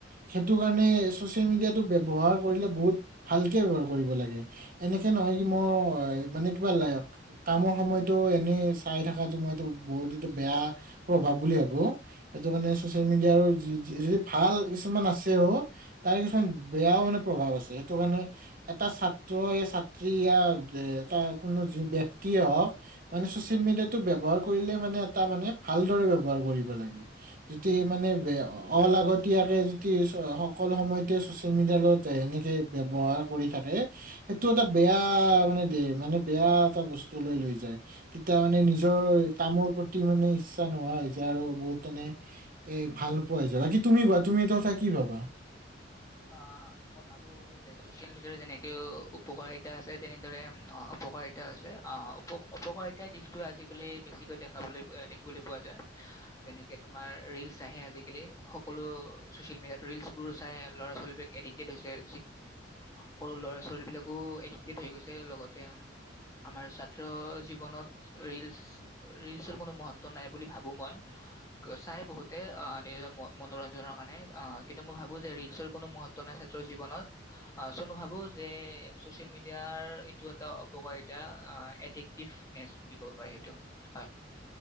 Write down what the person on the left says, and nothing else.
অ' মই ভাবো চচিয়েল মিডিয়াৰ যেনেকে উপকাৰিতা আছে তেনেদৰে উম অপকাৰিতাও আছে। অ' অপকাৰিতাৰ দিশটো আজিকালি বেছিকৈ দেখা দেখিবলৈ পোৱা যায়, যেনেকে তোমাৰ ৰিলছ আহে আজিকালি, সকলো চচিয়েল মিডিয়াত ৰিলছবোৰ চাই ল'ৰা-ছোৱালীবিলাক এডিক্টেড হৈছে <unintelligible> সৰু ল'ৰা-ছোৱালীবিলাকো এডিক্ট হৈছে। এডিক্ট হৈ গৈছে। লগতে উম্ আমাৰ ছাত্ৰ জীৱনত ৰিলছ। ৰিলছৰ কোনো মহত্ব নাই বুলি ভাবোঁ মই। চাই বহুতে অ' নিজৰ। মনোৰঞ্জনৰ কাৰণে অ' কিন্তু মই ভাবোঁ যে ৰিলছৰ। কোনো মহত্ব নাই ছাত্ৰৰ জীৱনত। আহ চো মই ভাবো যে যে ছ'চিয়েল মিডিয়াৰ এইটো এটা অপকাৰিতা। এডিক্টিভনেছ বুলি ক'ব পাৰি সেইটো। হয়।